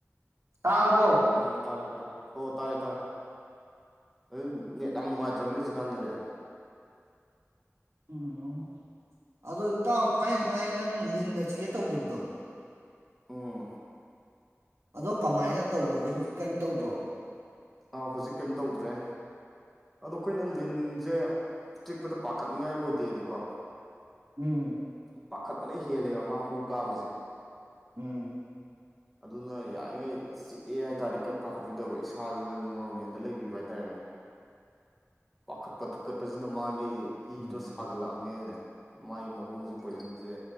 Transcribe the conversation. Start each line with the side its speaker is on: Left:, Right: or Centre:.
Right: ꯇꯥꯔꯕꯣ
Centre: ꯎꯝ ꯇꯥꯔꯦ ꯇꯥꯔꯦ ꯑꯣ ꯇꯥꯔꯦ ꯇꯥꯔꯦ ꯑꯗꯨ ꯅꯦꯠ ꯌꯥꯝ ꯅꯨꯡꯉꯥꯏꯇ꯭ꯔꯕꯅꯦ ꯍꯧꯖꯤꯛꯀꯥꯟꯖꯦ
Right: ꯎꯝ ꯑꯗꯣ ꯏꯇꯥꯎ ꯊꯥꯏꯅꯉꯥꯏ ꯅꯪ ꯂꯤꯟꯅ ꯆꯤꯛ ꯑꯦ ꯇꯧꯒꯤꯕꯗꯣ
Centre: ꯎꯝ
Right: ꯑꯗꯣ ꯀꯃꯥꯏꯅ ꯇꯧꯔꯒꯦ ꯍꯧꯖꯤꯛ ꯀꯩꯝ ꯇꯧꯗ꯭ꯔꯣ
Centre: ꯑꯥ ꯍꯧꯖꯤꯛ ꯀꯩꯝ ꯇꯧꯗ꯭ꯔꯦ ꯑꯗꯣ ꯑꯩꯈꯣꯏꯅ ꯂꯤꯟꯖꯦ ꯆꯤꯛꯄꯗ ꯄꯥꯈꯠꯅꯤꯉꯥꯏ ꯑꯣꯏꯗꯦꯗꯤꯀꯣ
Right: ꯎꯝ
Centre: ꯄꯥꯈꯠꯄꯅ ꯍꯦꯜꯂꯦꯕ ꯃꯥ ꯍꯨ ꯀꯥꯕꯖꯦ
Right: ꯎꯝ
Centre: ꯑꯗꯨꯅ ꯌꯥꯔꯤꯉꯩ ꯆꯤꯛꯑꯦ ꯍꯥꯏꯇꯥꯥꯔꯗꯤ ꯀꯔꯤꯝ ꯄꯥꯈꯠꯄꯤꯗꯕ ꯏꯁꯥꯖꯦ ꯅꯣꯔꯃꯦꯜꯗ ꯂꯩꯕꯤꯕ ꯍꯥꯏꯇꯥꯔꯦꯅꯦ ꯄꯥꯈꯠꯄ ꯊꯨꯞꯀꯠꯄꯁꯤꯅ ꯃꯥꯒꯤ
Right: ꯎꯝ
Centre: ꯏꯗꯣ ꯐꯥꯒꯠꯂꯛꯑꯕꯅꯤꯅꯅꯦ ꯃꯥꯏ ꯃꯍꯨꯖꯦ ꯄꯣꯏꯖꯟꯖꯦ